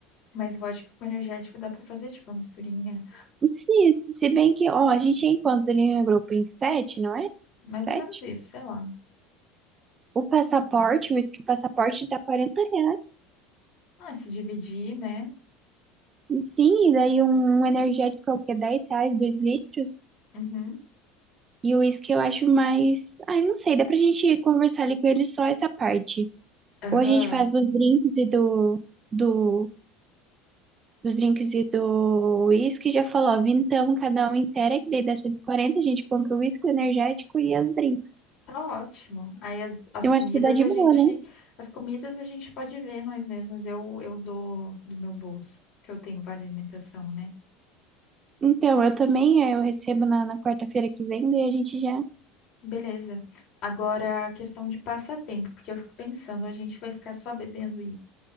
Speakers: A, on the left; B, on the right.
A: Mas vodka com energético dá pra fazer, tipo, uma misturinha.
B: sim se se bem que, ó, a gente é em quantos ali no grupo? Em sete, não é?
A: Mais
B: Sete?
A: ou menos isso, sei lá.
B: O passaporte, o uísque passaporte tá 40 reais.
A: Ah, se dividir, né?
B: Sim, e daí um, um energético é o quê? 10 reais, 2 litros.
A: Uhum.
B: E o uísque eu acho mais. Ai, não sei, dá pra gente conversar ali com ele só essa parte.
A: Aham.
B: Ou a gente faz dos drinks e do, do, dos drinks e do uísque, já falou, ó, vintão cada um inteira, que daí dá 140 a gente compra o uísque, o energético e os drinks.
A: Tá ótimo. Aí as, as
B: Eu
A: comidas
B: acho que dá de
A: a
B: boa,
A: gente,
B: né?
A: as comidas a gente pode ver nós mesmos. Eu, eu dou do meu bolso, que eu tenho vale alimentação, né?
B: Então, eu também, eh, eu recebo na, na quarta-feira que vem, daí a gente já...
A: Beleza. Agora a questão de passatempo, porque eu fico pensando, a gente vai ficar só bebendo e,